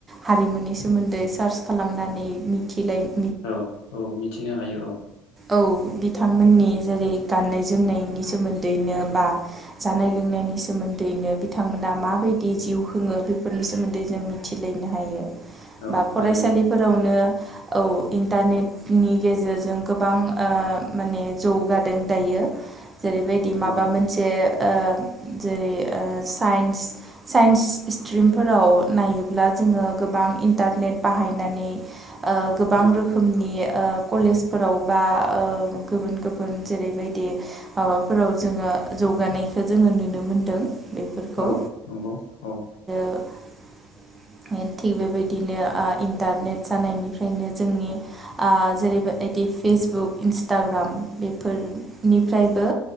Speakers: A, on the right (about 20°); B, on the left (about 80°).
A: हारिमुनि सोमोन्दै सार्च खालामनानै मिथिलायो
B: औ औ मिथिनो हायो औ
A: औ बिथांमोननि जेरै गाननाय जोमनायनि सोमोन्दैनो
B: औ
A: बा जानाय लोंनायनि सोमोन्दैनो बिथांमोना माबायदि जिउ खुङो बेफोरनि सोमोन्दै जों मिथिलायनो हायो
B: औ
A: बा फरायसालिफोरावनो
B: हायो
A: औ इन्टारनेट नि गेजेरजों गोबां ओ माने जौगादों दायो जेरैबायदि माबा
B: औ
A: मोनसे ओ जेरै साइन्स साइन्स स्ट्रिमफोराव नायोब्ला जोङो गोबां इन्टारनेट बाहायनानै ओ गोबां
B: औ
A: रोखोमनि ओ कलेजफोराव बा गुबुन गुबुन जेरैबायदि माबाफोराव जोङो जौगानायखौ जोङो नुनो मोनदों बेफोरखौ
B: औ नंगौ औ
A: <unintelligible> थिग बेबायदिनो ओ इन्टारनेट जानायनिफ्रायनो जोंनि ओ जेरैबायबायदि फेसबुक इन्सटाग्राम बेफोरनिफ्रायबो